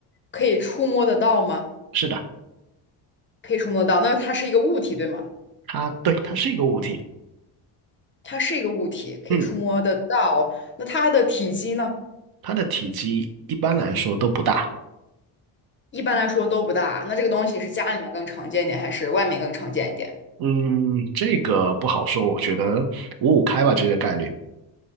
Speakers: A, on the left; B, on the right.
A: 可以触摸得到吗？
B: 是的，
A: 可以触摸得到。那它是一个物体，对吗？
B: 它对，它是一个物体。
A: 它是一个物体，可以触摸得到。
B: 嗯，
A: 那它的体积呢？
B: 它的体积一般来说都不大。
A: 一般来说都不大。那这个东西是家里面更常见一点，还是外面更常见一点？
B: 嗯，这个不好说，我觉得五五开吧，这个概率。